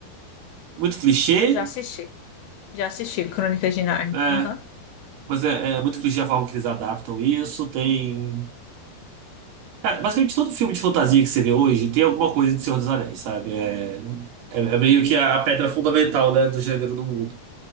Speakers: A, on the right; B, on the left.
A: muito clichê,
B: Eu já assisti. Já assisti Crônicas de Narnia.
A: né?
B: Aham.
A: Mas é, é muito clichê a forma que eles adaptam isso. Tem. Cara, basicamente todo filme de fantasia que você vê hoje tem alguma coisa de Senhor dos Anéis, sabe? É, é, é meio que a, pedra fundamental, né, do gênero do mundo.